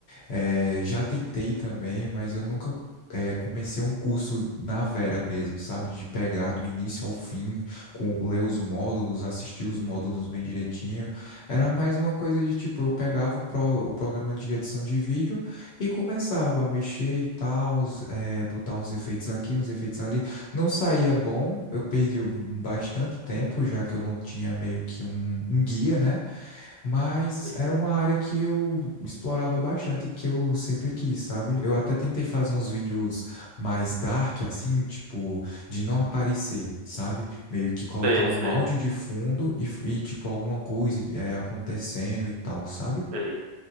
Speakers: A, on the left; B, on the right.
A: É, já tentei também, mas eu nunca é, comecei um curso na vera mesmo, sabe? De pegar do início ao fim, com ler os módulos, assistir os módulos bem direitinho. Era mais uma coisa de tipo, eu pegava o, pro- o programa de edição de vídeo e começava a mexer e tal, é, botar uns efeitos aqui, uns efeitos ali. Não saía bom, eu perdi bastante tempo, já que eu não tinha meio que um um guia, né? Mas
B: sim,
A: era uma área que eu explorava bastante, que eu sempre quis, sabe? Eu até tentei fazer uns vídeos mais dark, assim, tipo, de não aparecer, sabe? Meio que colocar
B: sei,
A: um
B: sei,
A: áudio de fundo e, f- e, tipo, alguma coisa é, acontecendo e tal, sabe?
B: sei,